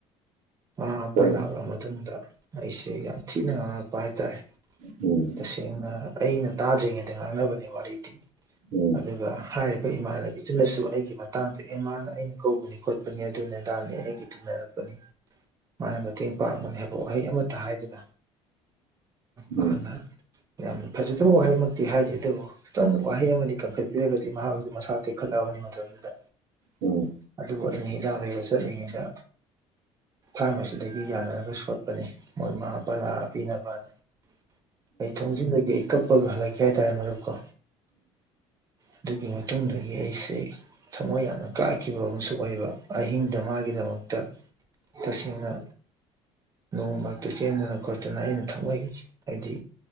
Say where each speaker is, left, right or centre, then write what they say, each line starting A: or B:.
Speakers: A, on the right; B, on the right.
A: ꯑ ꯃꯄꯥ
B: ꯀꯩ
A: ꯂꯥꯛꯂꯕ ꯃꯇꯨꯡꯗ ꯑꯩꯁꯦ ꯌꯥꯝ ꯊꯤꯅ ꯉꯥꯡꯉꯛꯄ ꯍꯥꯏꯇꯥꯔꯦ
B: ꯎꯝ
A: ꯇꯁꯦꯡꯅ ꯑꯩꯅ ꯇꯥꯗ꯭ꯔꯤꯉꯩꯗ ꯉꯥꯡꯅꯕꯅꯦ ꯋꯥꯔꯤꯗꯤ
B: ꯎꯝ
A: ꯑꯗꯨꯗ ꯍꯥꯏ ꯑꯩꯈꯣꯏ ꯏꯃꯥꯟꯅꯕꯤꯗꯨꯅꯁꯨ ꯑꯩꯒꯤ ꯃꯇꯥꯡꯗ ꯑꯦ ꯃꯥꯅ ꯑꯩꯅ ꯀꯧꯕꯧꯕꯅꯤ ꯈꯣꯠꯄꯅꯤ ꯑꯗꯨꯅꯦꯗꯥꯅꯦ ꯑꯩꯒꯤ ꯇꯟꯅꯔꯛꯄ ꯃꯥꯅ ꯃꯇꯦꯡ ꯄꯥꯡꯕꯅꯤ ꯍꯥꯏꯕ ꯋꯥꯍꯩ ꯑꯃꯇ ꯍꯥꯏꯗꯨꯅ ꯃꯍꯥꯛꯅ
B: ꯎꯝ
A: ꯌꯥꯝꯅ ꯐꯖꯗꯕ ꯋꯥꯍꯩꯃꯛꯇꯤ ꯍꯥꯏꯗꯦ ꯑꯗꯨꯕꯨ ꯈꯤꯇꯪ ꯋꯥꯍꯩ ꯑꯃꯅꯤ ꯀꯟꯈꯠꯄꯤꯔꯒꯗꯤ ꯃꯍꯥꯛ ꯑꯗꯨ ꯃꯁꯥ ꯇꯦꯛꯈꯠꯂꯛꯑꯕꯅꯤ ꯃꯇꯝꯗꯨꯗ
B: ꯎꯝ ꯎꯝ
A: ꯑꯗꯨꯕꯨ ꯑꯩꯅ ꯌꯥꯗ ꯌꯁ ꯑꯗꯨꯉꯗ ꯐꯥꯝ ꯑꯁꯤꯗꯒꯤ ꯌꯥꯅꯔꯒ ꯁꯣꯠꯄꯅꯤ ꯃꯣꯏꯃꯥ ꯃꯄꯥ ꯂꯔ ꯄꯤꯅꯕꯅꯤ ꯑꯩ ꯊꯣꯡꯖꯤꯟꯂꯒꯦ ꯑꯩ ꯀꯞꯄꯒ ꯍꯜꯂꯛꯀꯦ ꯍꯥꯏꯇꯥꯔꯦ ꯃꯛꯀꯣ ꯑꯗꯨꯒꯤ ꯃꯇꯨꯡꯗꯒꯤ ꯑꯩꯁꯦ ꯊꯃꯣꯏ ꯌꯥꯝꯅ ꯀꯥꯈꯤꯕ ꯑꯃꯁꯨ ꯑꯣꯏꯕ ꯑꯍꯤꯡꯗ ꯃꯥꯒꯤꯗꯃꯛꯇ ꯇꯁꯦꯡꯅ ꯅꯣꯡ ꯃꯔꯛꯇ ꯆꯦꯟꯗꯅ ꯈꯣꯠꯇꯅ ꯑꯩꯅ ꯊꯃꯏꯈꯤ ꯍꯥꯏꯗꯤ